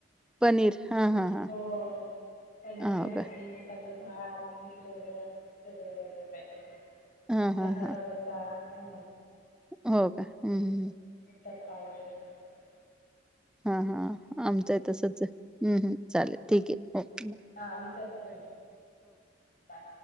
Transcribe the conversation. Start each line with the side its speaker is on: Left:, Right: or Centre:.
Centre: पनीर हा हा हा
Left: हो पनीरची
Centre: हो
Left: भाजी
Centre: का
Left: मसाले. भात, खीर वगैरे अस वेग वेगळं काहीतरी
Centre: हा
Left: मसाला
Centre: हा हा
Left: डोसा. हो
Centre: हो का हम्मम
Left: उतपा वगैरे बनवतात.
Centre: हा हा आमच आहे तसच हम् हम चालेल ठीक आहे ओके.
Left: हा मी करते बाय.